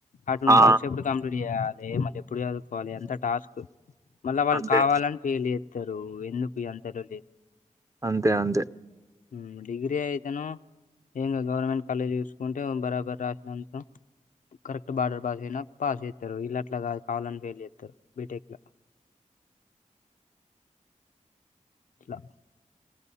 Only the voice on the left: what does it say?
అటు
వర్క్స్ ఎప్పుడు కంప్లీట్ చేయాలి మళ్ళి ఎప్పుడు చదువుకోవాలి అంతా టాస్క్ మళ్ళా వాళ్ళు
కావాలని ఫెయిల్ చేత్తరు ఎందుక్ ఈ అంత లొల్లి
ఉమ్ డిగ్రీ అయితనో ఏం ఇంగ గవర్నమెంట్ కాలేజ్ చూసుకుంటే బరాబర్ రాసినంత కరెక్ట్ బార్డర్ పాస్ అయినా పాస్ అయ్ తరు వీళ్ళు అట్లగాదు కావాలని ఫెయిల్ చేత్తరు బీటెక్ లో అట్లా